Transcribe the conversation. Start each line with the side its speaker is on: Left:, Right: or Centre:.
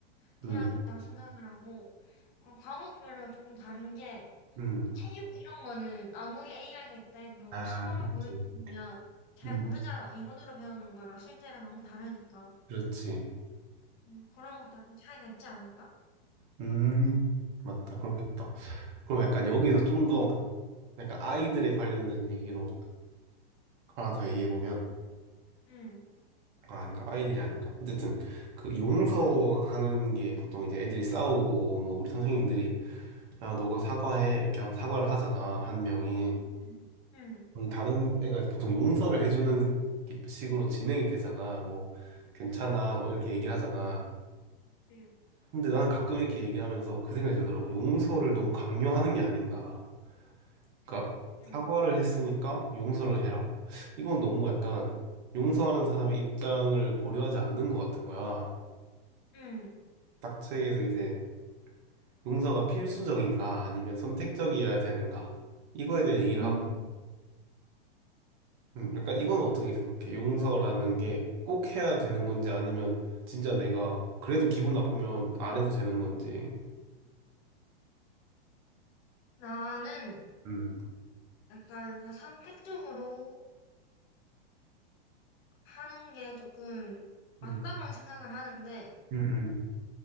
Left: 돼야겠다고
Right: 음.
Left: 생각을 하고 그럼 과목별로 조금 다른 게
Right: 음.
Left: 체육 이런 거는 아무리 AI가 있다 해도
Right: 아,
Left: 시범을
Right: 그치.
Left: 보여주면 잘
Right: 음.
Left: 모르잖아. 이론으로 배우는 거랑 실제랑 너무 다르니까.
Right: 그렇지.
Left: 음, 그런 것도 약간 차이가 있지 않을까?
Right: 음. 맞다. 그렇겠다. 그럼 약간 여기서 좀 더 약간 아이들에 관련된 얘기로 하나 더 얘기해 보면
Left: 응,
Right: 아, 아닌가? 아이들이 아닌가? 어쨌든 그 용서하는 게 보통 이제 애들이 싸우고 뭐 우리 선생님들이 야, 너가 사과해. 이렇게 하면 사과를 하잖아. 한 명이.
Left: 응, 응,
Right: 우리 다른 애가 보통 용서를 해주는 식으로 진행이 되잖아. 뭐 괜찮아.
Left: 응,
Right: 뭐 이렇게 얘기를 하잖아.
Left: 응,
Right: 근데 난 가끔 이렇게 얘기하면서 그 생각이 들더라고. 용서를 너무 강요하는 게 아닌가. 그러니까
Left: 응,
Right: 사과를 했으니까 용서를 해라. 이건 너무 약간 용서하는 사람의 입장을 고려하지 않는 것 같은 거야.
Left: 응.
Right: 딱 책에서 이제 용서가 필수적인가 아니면 선택적이어야 되는가. 이거에 대해 얘기를
Left: 응.
Right: 하고, 음, 약간 이건 어떻게 생각해? 용서라는 게 꼭 해야 되는 건지 아니면 진짜 내가 그래도 기분 나쁘면 안 해도 되는 건지.
Left: 나는
Right: 음,
Left: 약간 그 선택적으로 하는 게 조금 맞다고는
Right: 음,
Left: 생각을 하는데
Right: 음, 음.